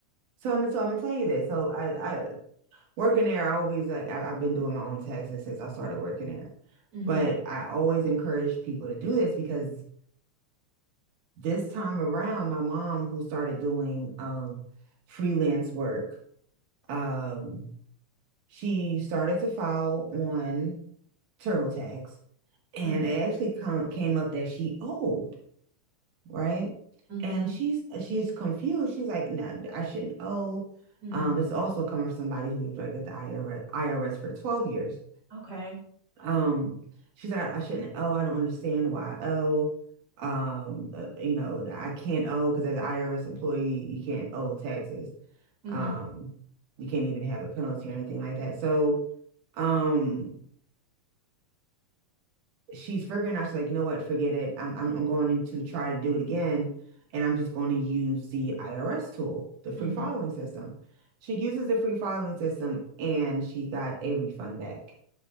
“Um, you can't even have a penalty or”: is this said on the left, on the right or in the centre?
Right